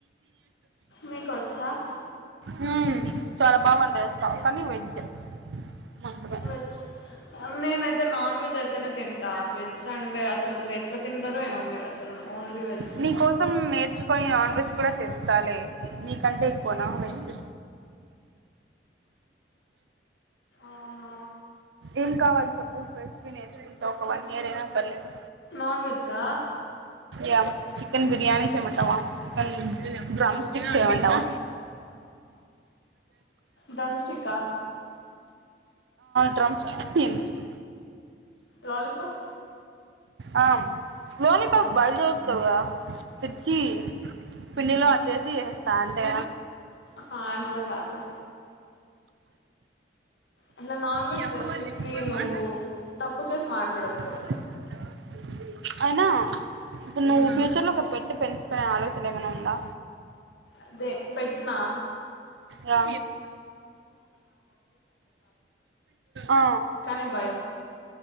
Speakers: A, on the left; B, on the right.
A: మీకొచ్చా
B: హ్మ్ చాలా బాగ వంట చేస్తా కానీ వెజ్ మంచమే
A: వెజ్ నేనైతే నాన్ వెజ్ అయితేనే తింటా వెజ్ అంటే అసలు ఎట్లా తింటారు ఏమో మీరు అసలు ఓన్లీ వెజ్
B: నీ కోసం నేర్చుకొని ఆన్ న్ వేజ్ కూడా చేస్తాలే నీకంటే ఎక్కువనా వెజ్.
A: అవునా
B: ఏం కావాలి చెప్పు రెసిపి నేర్చుకుంటా ఒక వన్ ఇయర్ అయినా పర్లేదు.
A: నాన్ వెెజా
B: యా చికెన్ బిర్యానీ చేయమంటావా చికెన్ బ్రమ్స్ చేయమంటవా
A: డ్రమ్ స్టికా
B: డ్రమ్ స్ స్క్
A: లాలిపప్
B: ఆ లాలీపప్ బయట చెత్తరుగా పిచ్చి పిండిలో అద్దసి చేస్తా అంతే
A: ఆహా అట్లా కాదులే అట్లా నాన్ వెజ్
B: ఈ అబ్బవప్పుప్పుడు
A: రెసిపీస్ని నువ్వు
B: మ
A: తక్కువ చేసి మాట్లాడొద్దు
B: ఆ అయినా ఇప్పుడు నువ్వు ఫ్యూచర్ లో ఒక పెట్ పెంచుకునే ఆలోచన ఏమైనా ఉందా.
A: అదే పెట్నా
B: రా ఆ
A: కానీ భయం